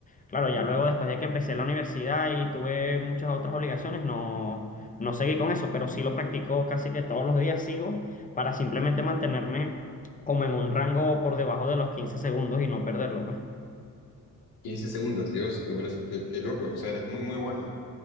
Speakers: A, on the left (about 20°); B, on the left (about 80°).
A: Claro,
B: Bueno,
A: ya luego después de que empecé la universidad y tuve muchas otras obligaciones, no, no seguí con eso, pero sí lo practico casi que todos los días sigo para simplemente mantenerme como en un rango por debajo de los 15 segundos y no perderlo, pues.
B: 15 segundos, Dios, me parece, qué, qué loco, o sea, eres muy, muy bueno.